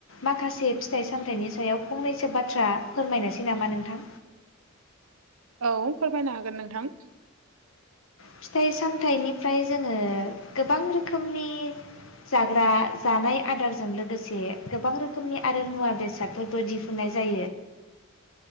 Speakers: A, on the left; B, on the right.
A: माखासे फिथाइ सामथाइनि सायाव आं फंनैसो बाथ्रा फोरमायनोसै नामा नोंथां?
B: औ फोरमायनो हागोन नोंथां।
A: फिथाइ सामथाइनिफ्राय जोङो गोबां रोखोमनि जाग्रा जानाय आदारजों लोगोसे गोबां रोखोमनि आरो मुवा बेसाद बो दिहुननाय जायो।